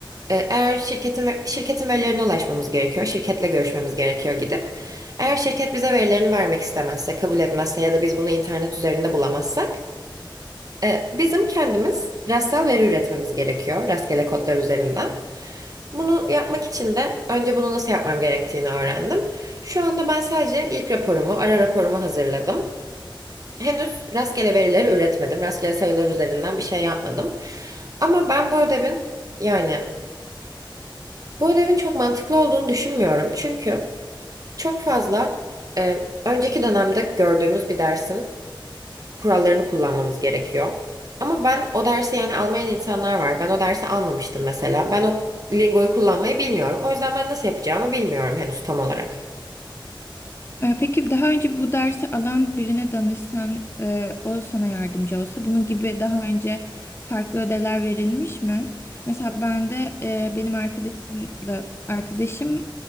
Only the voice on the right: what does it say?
E, Eğer şirketin ve- şirketin verilerine ulaşmamız gerekiyor, şirketle görüşmemiz gerekiyor gidip. Eğer şirket bize verilerini vermek istemezse, kabul etmezse ya da biz bunu internet üzerinde bulamazsak, e, bizim kendimiz rastsal veri üretmemiz gerekiyor, rastgele kodlar üzerinden. Bunu yapmak için de önce bunu nasıl yapmam gerektiğini öğrendim. Şu anda ben sadece ilk raporumu, ara raporumu hazırladım. Henüz rastgele verileri üretmedim, rastgele sayılar üzerinden bir şey yapmadım. Ama ben bu ödevin yani Bu ödevin çok mantıklı olduğunu düşünmüyorum. Çünkü çok fazla e, önceki dönemde gördüğümüz bir dersin kurallarını kullanmamız gerekiyor. Ama ben o dersi yani almayan insanlar var. Ben o dersi almamıştım mesela. Ben o lingoyu kullanmayı bilmiyorum. O yüzden ben nasıl yapacağımı bilmiyorum henüz tam olarak.